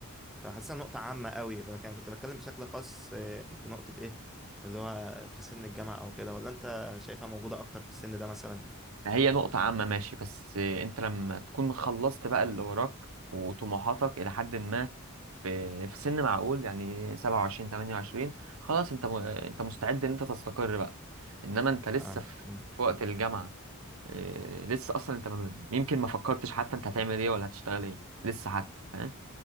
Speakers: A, in the centre; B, on the right.
A: فحاسسها نقطة عامة قوي انا كان- كنت بتكلم بشكل خاص آه، في نقطة ايه اللي هو في سن الجامعة او كده ولا انت شايفها موجودة اكتر في السن ده مثلا
B: هي نقطة عامة ماشي بس انت لما تكون خلصت بقى اللي وراك وطموحاتك إلى حد ما في في سن معقول يعني 27 28 خلاص انت م... انت مستعد ان انت تستقر بقى انما انت لسه
A: فاهم
B: في,
A: مم.
B: في وقت الجامعة إيه... لسه اصلا انت م... يمكن ما فكرتش حتى انت هتعمل ايه ولا هتشتغل ايه لسه حتى فاهم